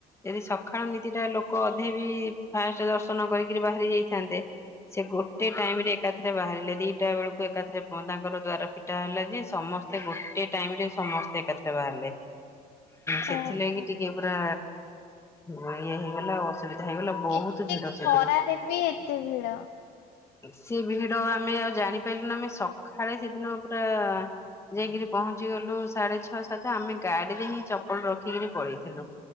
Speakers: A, on the left; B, on the left.
A: ଯଦି ସକାଳ ନୀତି ଟା ଲୋକ ଅଧେ ବି ଫାଷ୍ଟ ଦର୍ଶନ କରିକିରି ବାହାରି ଯାଇଥାନ୍ତେ ସେ ଗୋଟେ ଟାଇମ ରେ ଏକାଥରେ ବାହାରିଲେ ଦିଟା ବେଳକୁ ଏକାଥରେ ହଁ ତାଙ୍କର ଦ୍ୱାର ଫି ଟା ହେଲା ଯେ ସମସ୍ତେ ଗୋଟେ ଟାଇମ ରେ ସମସ୍ତେ ଏକାଥରେ ବାହାରିଲେ। ସେଥିଲାଗି
B: ଓହୋ
A: ଟିକେ ପୁରା ହଁ। ଇଏ ହେଇଗଲା ଆଉ ଅସୁବିଧା ହେଇଗଲା ବହୁତ
B: ଏତେ
A: ଭିଡ
B: ଖରାରେ
A: ସେଦିନ।
B: ବି ଏତେ ଭିଡ
A: ସେ ଭିଡ ଆମେ ଆଉ ଜାଣିପାଇଲୁନୁ ଆମେ ସଖାଳେ ସେ ଦିନ ପୁରା ଯାଇକିରି ପହଞ୍ଚିଗଲୁ ସାଢେ ଛଅ ସାତ ଆମେ ଗାଡିରେ ହିଁ ଚ ପଲ ରଖିକିରି ପଳେଇଥିଲୁ